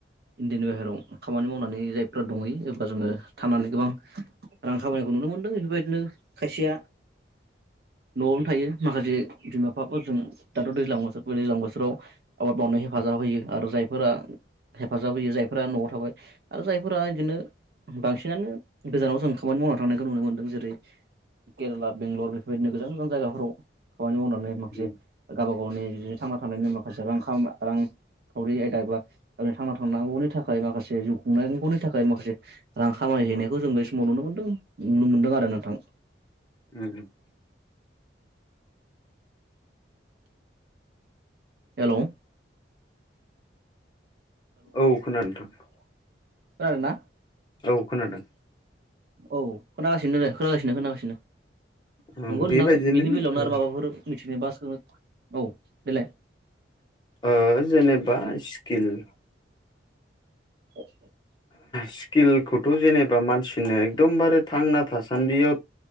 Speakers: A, on the right (about 55°); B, on the left (about 25°).
A: इण्डियानि बाहेरायाव खामानि मावनानै जायफ्रा दंहैयो एबा जोङो थानानै गोबां रां खामायनायखौ नुनो मोन्दों बेफोरबायदिनो खायसेया न'वावनो थायो माखासे बिमा बिफाफोरजों दाथ' दैज्लां बोसोर दैज्लां बोथोराव आबाद मावनायाव हेफाजाब होयो आरो जाय फोरा हेफाजाब होयो जायफोरा न'वाव थाबाय आरो जायफोरा इदिनो बांसिनानो गोजानाव जों खामानि मावना थांनायखौ नुनो मोन्दों जेरै केरेला बेंगलर बेफोरबायदिनो गोजान गोजान जायगाफोराव खामानि मावना। थांनाय माखासे
B: उम
A: गावबा गावनि थांना थानायनि माखासे रां खा रांखावरि आयदा एबा थांना थांनांगौनि थाखाय माखासे जिउ खुंनांगौनि थाखाय माखासे रां खामायहैनायखौ जों बे समाव नुनो मोनदों नुनो मोनदों आरो नोंथां।
B: उम।
A: हेलौ
B: औ खोनादों ना नोथां?
A: खोनादोंना।
B: औ खोनादों।
A: औ खोनागासिनो खोनागासिनो खोनागासिनो
B: ओं
A: नंगौ
B: बेबायदिनो
A: नोंथां बिनि बेलायावनो
B: उम
A: आरो माबाफोर मिथिनोबा सों औ देलाय
B: औ जेनेबा स्किला
A: <inaudible>
B: स्किलखौथ' जेनेबा मानसिनो एकदमबारे थांना थासान्दियाव।